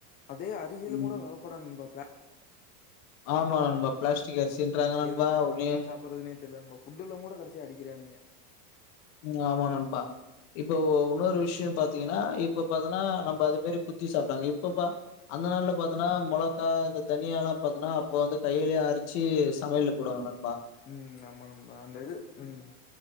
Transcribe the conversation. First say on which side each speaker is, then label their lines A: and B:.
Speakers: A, on the left (about 20°); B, on the left (about 60°).
A: அதே அரிசியிலும்
B: ம்
A: கூட கலப்பட நண்பா பிளா
B: ஆமா நண்பா பிளாஸ்டிக் அரிசின்றாங்க நண்பா
A: எத
B: ஒன்னே
A: நம்பி சாப்பிடடுறதுனே தெரில நம்மா ஃபுட் எல்லாம் கூட கடைசியா அடிக்கிறானுங்க
B: உம் ஆமா நண்பா இப்போ உன்னொரு விஷயம் பாத்த கன்னா இப்ப பாத்தன்னா நம்ம அது மாதி குத்தி சாப்ட்டாங்க இப்ப பா அந்த நாள்ல பாத்தன்னா மொளகா இந்த தனியா எல்லாம் பாத்தன்னா அப்ப வந்து கையிலேயே அரிச்சு சமையல போடுவாங்க
A: ம் ஆம நண்பா அந்த இது ம்